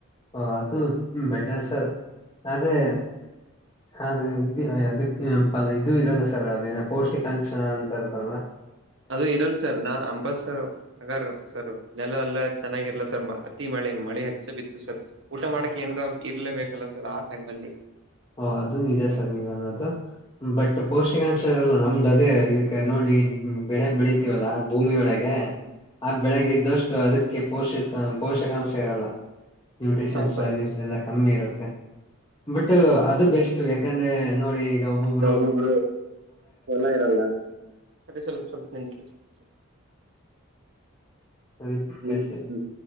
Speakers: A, on the left; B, on the right.
A: ಓ ಅದು ಬೆಟರ್ ಸರ್ ಆದ್ರೆ. ಹಾ ಅದು ಇದು ಅದಕ್ಕ ಪ ಇದು ಇರಲ್ಲ ಸರ್ ಅದೇನ ಪೌಷ್ಟಿಕ ಅಂಕ್ಷಣ ಅಂತ ಇರತಲ್
B: ಅದು ಈರಣ್ಣ ಸರ್ ದಾ ಅಂಬತ್ಸರ್ ಅವರ್ ಹಗಾರ ಸರ್ ನೆಲ ಎಲ್ಲ ಚೆನ್ನಾಗಿರ್ಲ ಸರ್ ಮ ಅತಿ ಮಳಿ ಮಳಿ ಹತ್ತಿ ಸರ್ ಬಿತ್ತು ಸರ್ ಊಟ ಮಾಡಕ್ಕೆ ಏನರ ಇರ್ಲೇಬೇಕಲ್ಲ ಸರ್ ಆ ಟೈಮ್ ಅಲ್ಲಿ.
A: ಓ ಅದು ನಿಜ ಸರ್ ನೀವ ಅನ್ನದು. ಬಟ್ ಪೌಷ್ಟಿಕಾಂಶ ಇರಲ್ಲ ನಮ್ದು ಅದೇ ಇಗ ನೋಡಿ ಹಮ. ಬೆಳೆನ್ ಬೆಳಿತೀವಲ್ಲಾ ಭೂಮಿಯ ಒಳಗೆ. ಆ ಬೆಳಗ್ಗೆ ಇದ್ದಷ್ಟು ಅದಕ್ಕೆ ಪೋಷಕ ಪೋಷಕಾಂಶ ಇರಲ್ಲಾ. ನ್ಯೂಟ್ರಿಷನ್ಸ್
B: ಹಾ ಸರ್
A: ವ್ಯಾಲ್ಯೂಸ್ ಎಲ್ಲ ಕಮ್ಮಿ ಇರುತ್ತೆ. ಬಟ್ ಅದು ಅದ ಬೆಸ್ಟ್ ಯಾಕಂದ್ರೆ ನೋಡಿ. ಈಗ ಒಬ್ಬೊಬ್ರು
B: ಯಬೊಬ್ರು ಹೊಲ ಇರಲ್ಲ ಸರಿ ಸ್ವಲ್ಪ ಸ್ವಲ್ಪ ನಿಂಟ ಸ್ವ
A: ಅವಿಪ್
B: ಹ್ಮ್
A: ಕ್ಯಾಷೆ.
B: ಹ್ಮ್ ಹ್ಮ್